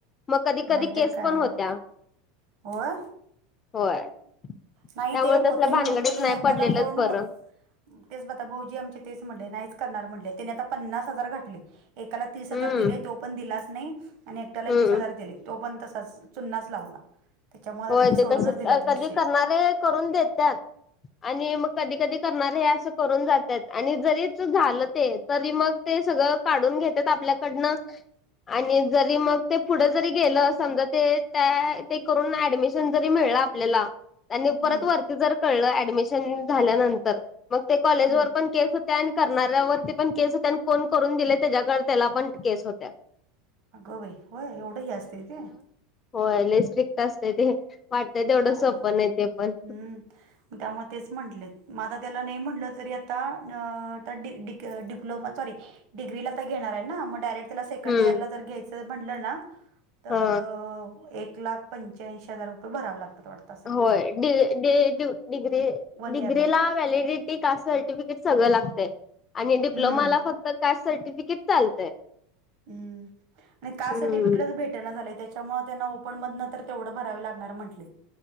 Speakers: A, on the left (about 30°); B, on the right (about 60°).
A: मग कधी कधी
B: नाहीतर
A: केस
B: काय
A: पण होत्या.
B: होय.
A: होय.
B: नाही
A: त्यामुळे
B: ते होते
A: तसल्या
B: म्हणून
A: भानगडीत
B: त्यांनी
A: नाही
B: एकाला
A: पडलेलंच
B: कोण
A: बरं
B: हो तेच बता भाऊजी आमचे तेच म्हणले नाहीच करणार म्हणले त्यानी आता पन्नास हजार घातटले. एकाला तीस हजार
A: हम्म
B: दिले तो पण दिलाच नाही आणि एकट्याला
A: हम्म
B: वीस हजार दिले. तो पण तसाच चुन्नाच लावला. त्याच्यामुळे आता
A: होय
B: त्यांनी सोडूनच
A: ते कस
B: दिलात
A: कधी
B: विषय
A: करणारे करून देतात. आणि मग कधी कधी करणार हे असं करून जातात आणि जरीच झालं ते. तरी मग ते सगळं काढून घेतात आपल्याकडनं. आणि जरी मग ते पुढे जरी गेलं समजा ते त्या ते करून ऍडमिशन जरी मिळ आपल्याला त्यां परत
B: हम्म
A: वरती जर कळलं ऍडमिशन झाल्यानंतर. मग ते कॉलेज
B: हम्म
A: वर पण केस हो त्यानी करणाऱ्यावरती पण केस होतनी फोन करून दिले त्याच्याकडे त्याला पण केस होत्या.
B: अगं बाई होय एवढं ह असत ते
A: हो लले स्ट्रिक्ट असत ते वाटतंय तेवढं
B: काय
A: सोपं
B: नवच
A: नाही ते पण
B: हम्म त्यामुळे तेच म्हंटले मग आता त्याला नाही म्हटलं तरी आता डिप्लोमा सॉरी डग्रीलाेणार ना मग डायरे त्याला सेकंड
A: हम्म
B: इयरला जर घ्यायचं म्हणलं ना तर
A: हा
B: एक लाख पंच्याऐंशी हजारुपये भराव लागत वाटं
A: होय डी डी डीव डिग्री
B: वन
A: डिग्रीला
B: इयरला
A: व्हॅलिडट कास सर्टिफिकेट सगळ लागते आणि डिप्लोमाला
B: हम्म
A: फक्त कास् सर्टिफिकेट चाल
B: हम्म आणि कासाठी
A: हम्म
B: विकडच भेटण झालंय त्या त्याना ओपध भरा लागणार म्हं